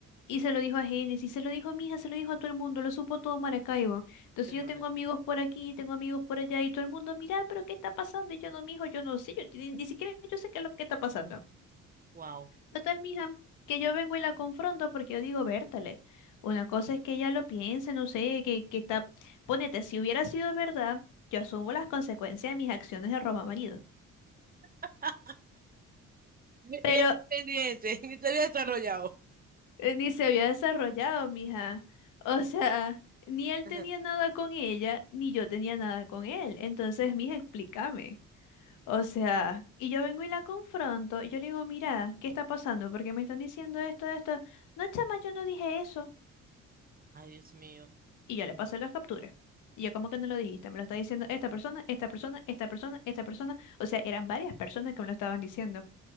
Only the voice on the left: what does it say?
Y se lo dijo a Génesis, se lo dijo a mi hija, se lo dijo a todo el mundo, lo supo todo Maracaibo. Entonces
yo tengo amigos por aquí, tengo amigos por allá, y todo el mundo, mira, pero ¿qué está pasando? Y yo no, mijo, yo no sé, yo ni, ni siquiera yo sé qué es lo que está pasando.
Total, mija, que yo vengo y la confronto porque yo digo, Bertale, una cosa es que ella lo piense, no sé, que, que está, ponete, si hubiera sido verdad, yo asumo las consecuencias de mis acciones de roba marido.
Pero
eh, ni se había desarrollado, mija. O sea, ni él
tenía nada con ella, ni yo tenía nada con él. Entonces, mija, explícame. O sea, y yo vengo y la confronto, y yo le digo, mira, ¿qué está pasando? Porque me están diciendo esto, esto. No, chama, yo no dije eso.
Y yo le pasé las capturas. Y yo, ¿cómo que no lo dijiste? Me lo está diciendo esta persona, esta persona, esta persona, esta persona. O sea, eran varias personas que me lo estaban diciendo.